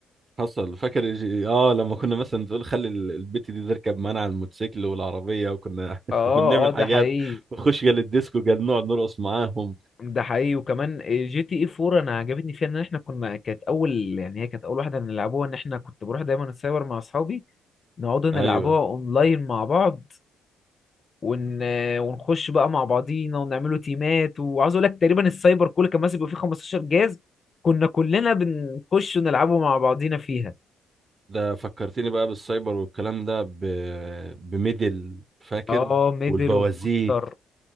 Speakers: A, on the right (about 35°); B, on the left (about 40°).
A: حصل فاكر الجي... اه لما كنا مثلا تقول خلي ال- البت دي تركب معانا على الموتوسيكل والعربية وكنا <laughs>
B: اه اه
A: كنا بنعمل
B: آه، ده
A: حاجات
B: حقيقي
A: ونخش جال الديسكو جال نقعد نرقص معاهم
B: ده حقيقي وكمان جي تي اي 4 انا عجبتني فيها ان احنا كنا كانت اول يعني هي كانت اول واحده نلعبوها ان احنا كنت بروح دايما السايبر مع اصحابي نقعد نلعبوها
A: ايوه
B: اونلاين مع بعض ون... آه، ونخش بقى مع بعضينا ونعملوا تيمات وعاوز اقول لك تقريبا السايبر كله كان ماسك بيبقى فيه 15 جهاز كنا كلنا بنخش ونلعبه مع بعضينا فيها
A: ده فكرتني بقى بالسايبر والكلام ده ب... بميدل فاكر
B: اه ميدل
A: والبوازيك
B: وكونتر